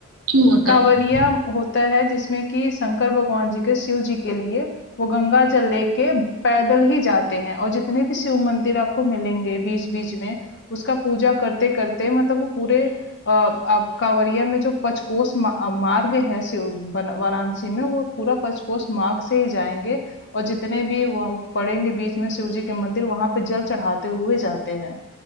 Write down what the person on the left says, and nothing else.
कांवरिया
होता है जिसमें कि शंकर भगवान जी के शिव जी के लिए वो गंगा जल लेके पैदल ही जाते हैं और जितने भी शिव मंदिर आपको मिलेंगे बीच बीच में उसका पूजा करते करते मतलब वो पूरे अ, आप कांवरिया में जो पचकोस मा- अ, मार्ग है शिव वन- वाराणसी में वो पूरा पचकोस मार्ग से ही जाएंगे और जितने भी वहाँ पड़ेंगे बीच में शिव जी के मंदिर वहां पे जल चढ़ाते हुए जाते हैं